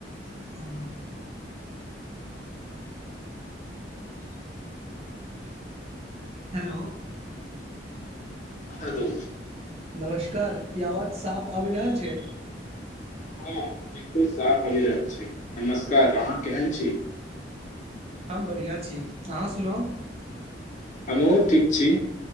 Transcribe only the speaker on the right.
ह hello
नमस्कार की आवाज साफ आबि रहल छै
हम बढ़ियां छी अहाँ सुनाउ